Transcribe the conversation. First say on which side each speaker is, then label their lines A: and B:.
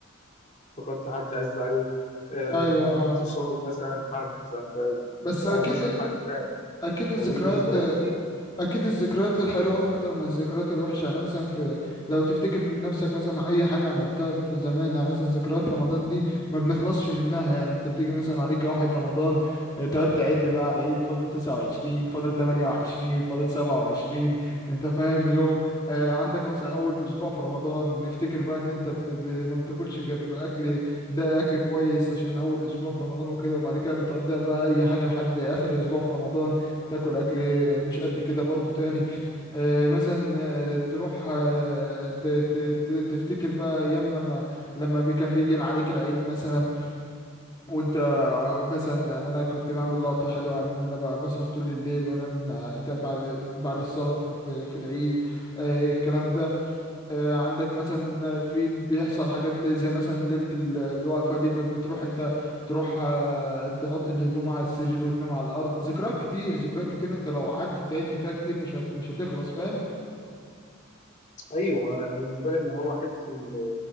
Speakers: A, on the left; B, on the left.
A: فقدت حد عز عليك آه،
B: أيوة أه
A: انفصال مثلا حد فانت
B: بس أكيد
A: او مثلا حد مات
B: أكيد الذكريات
A: فدي بالنسبه لك حزين
B: اكيد الذكريات الحلوه اكتر من الذكريات الوحشه يعني مثلا في لو تفتكر نفسك مثلا اي حاجه عملتها في زمان يعني مثلا ذكريات رمضان دي ما بنخلصش منها يعني انت بتيجي مثلا عليك واحد رمضان آه، تقعد تعد بقى على العيد فاضل 29 فاضل 28 فاضل 27 انت فاهم يوم آه، عندك مثلا اول اسبوع في رمضان نفتكر بقى ان انت بت... ب- ما بتاكلش غير اكل ده اكل كويس عشان اول اسبوع في رمضان وكده وبعد كده بتقضيها بقى اي حاجه لحد اخر اسبوع في رمضان تاكل اكل مش قد كده برضو تاني آه، مثلا آه، تروح آه، ت- ت- ت- تفتكر بقى ايام لما لما بي كان بيجي عليك العيد مثلا وانت مثلا يعني انا كنت بعمل لقطه حلوه يعني ان انا ب- بسهر طول الليل وانام بعد بعد الصلاه في في في العيد آه، الكلام ده آه، عندك مثلا في بيحصل حاجات زي مثلا ليلة ال- الوقفة دي ب- بتروح انت تروح آه، تحط الهدوم على السرير وتنام على الأرض ذكريات كتير ذكريات كتير انت لو قعدت تعد فيها كتير مش هت مش هتخلص فاهم
A: ايوه ما انا بالنسبه لي ان هو حته إن،